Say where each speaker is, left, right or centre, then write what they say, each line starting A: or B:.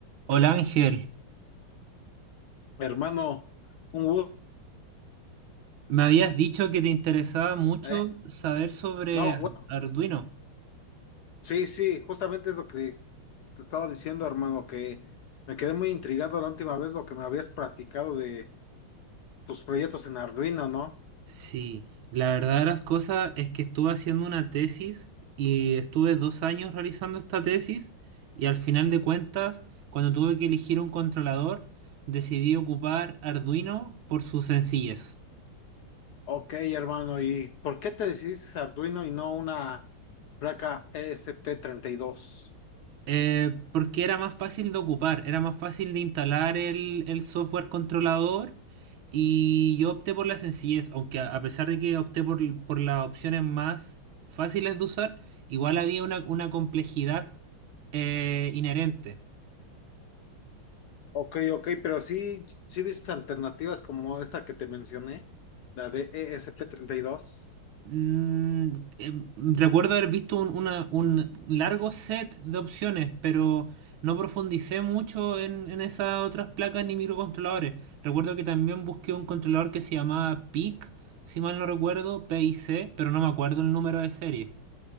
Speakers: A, on the right (about 75°); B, on the left (about 70°).
A: Hola Ángel,
B: Hermano, un gusto,
A: me habías dicho que te interesaba mucho
B: ¿eh?
A: saber sobre
B: No,
A: Ar-
B: bueno,
A: Arduino.
B: sí, sí, justamente es lo que te estaba diciendo, hermano, que me quedé muy intrigado la última vez lo que me habías platicado de tus proyectos en Arduino, ¿no?
A: Sí, la verdad de las cosas es que estuve haciendo una tesis y estuve dos años realizando esta tesis y al final de cuentas, cuando tuve que elegir un controlador, decidí ocupar Arduino por su sencillez.
B: Ok, hermano, ¿y por qué te decidiste a Arduino y no una placa esp dos
A: Eh, porque era más fácil de ocupar, era más fácil de instalar el, el software controlador y yo opté por la sencillez, aunque a, a pesar de que opté por, l- por las opciones más fáciles de usar, igual había una, una complejidad eh, inherente.
B: Ok, ok, pero sí, sí viste alternativas como esta que te mencioné, la de esp dos
A: Mm, em, recuerdo haber visto un, una- un largo set de opciones, pero no profundicé mucho en, en esas otras placas ni microcontroladores. Recuerdo que también busqué un controlador que se llamaba PIC, si mal no recuerdo, P i C pero no me acuerdo el número de serie.